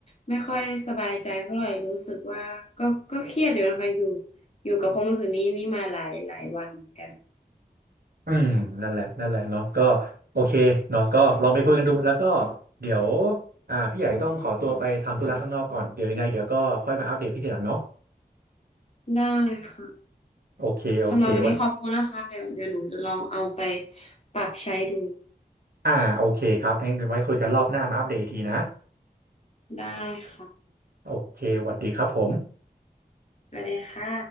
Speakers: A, on the left (about 45°); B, on the right (about 80°).
A: ไม่ค่อยสบายใจเท่าไหร่รู้สึกว่าก็ก็เครียดอยู่นะคะอยู่อยู่กับความรู้สึกนี้นี่มาหลายหลายวันเหมือนกัน
B: อืมนั่นแหละนั่นแหละเนาะก็โอเคเนาะก็ลองไปคุยกันดูแล้วก็เดี๋ยวอ่าพี่ใหญ่ต้องขอตัวไปทำธุระข้างนอกก่อนเดี๋ยวยังไงเดี๋ยวก็ค่อยมาอัปเดตพี่ทีหลังเนาะ
A: ได้ค่ะ
B: โอเคโอเคไว้
A: สำหรับวันนี้ขอบคุณนะคะเดี๋ยวเดี๋ยวหนูจะลองเอาไปปรับใช้ดู
B: อ่าโอเคครับงั้นเดี๋ยวไว้คุยกันรอบหน้ามาอัปเดตอีกทีนะ
A: ได้ค่ะ
B: โอเคสวัสดีครับผม
A: ไปเลยค่ะ